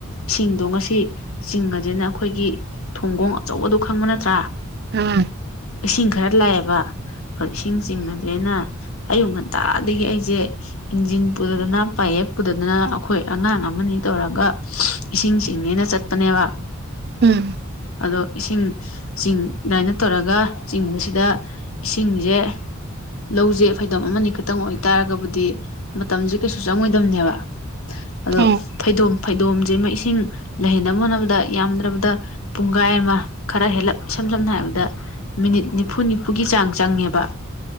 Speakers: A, on the left; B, on the right.
A: ꯁꯤꯡꯗꯣ ꯉꯁꯤ ꯆꯤꯡꯉꯖꯦꯅ ꯑꯩꯈꯣꯏꯒꯤ ꯊꯣꯡꯒꯣꯡ ꯑꯆꯧꯕꯗꯣ ꯈꯪꯕ ꯅꯠꯇ꯭ꯔꯥ
B: ꯑꯥ꯫
A: ꯏꯁꯤꯡ ꯈꯔ ꯂꯥꯛꯑꯦꯕ ꯍꯣꯏ ꯏꯁꯤꯡ ꯆꯤꯡꯉꯁꯦꯅ ꯑꯌꯨꯛ ꯉꯟꯇꯥꯗꯒꯤ ꯑꯩꯁꯦ ꯏꯟꯖꯤꯟ ꯄꯨꯗꯅ ꯄꯥꯏꯌꯦꯞ ꯄꯨꯗꯗꯨꯅ ꯑꯩꯈꯣꯏ ꯑꯉꯥꯡ ꯑꯃꯅꯤ ꯇꯧꯔꯒ ꯏꯁꯤꯡ ꯆꯤꯡꯅꯦꯅ ꯆꯠꯄꯅꯦꯕ <inaudible>
B: ꯎꯝ꯫
A: ꯑꯗꯣ ꯏꯁꯤꯡ ꯆꯤꯡ ꯑꯗꯥꯢꯅ ꯇꯧꯔꯒ ꯆꯤꯡꯕꯁꯤꯗ ꯏꯁꯤꯡꯖꯦ ꯂꯧꯖꯦ ꯐꯩꯗꯣꯝ ꯑꯃꯅꯤ ꯈꯛꯇꯪ ꯑꯣꯏꯇꯥꯔꯒꯕꯨꯗꯤ ꯃꯇꯝꯁꯦ ꯀꯩꯁꯨ ꯆꯪꯉꯣꯏꯗꯝꯅꯦꯕ ꯑꯗꯣ
B: ꯎꯝ
A: ꯐꯩꯗꯣꯝ ꯐꯩꯗꯣꯝꯁꯤꯃ ꯏꯁꯤꯡ ꯂꯩꯍꯟꯅꯕ ꯍꯣꯠꯅꯕꯗ ꯌꯥꯝꯗ꯭ꯔꯕꯗ ꯄꯨꯡꯈꯥꯏ ꯑꯃ ꯈꯔ ꯍꯦꯜꯂꯞ ꯏꯁꯝ ꯁꯝꯅ ꯍꯥꯏꯔꯕꯗ ꯃꯤꯅꯤꯠ ꯅꯤꯐꯨ ꯅꯤꯐꯨꯒꯤ ꯆꯥꯡ ꯆꯪꯉꯦꯕ꯫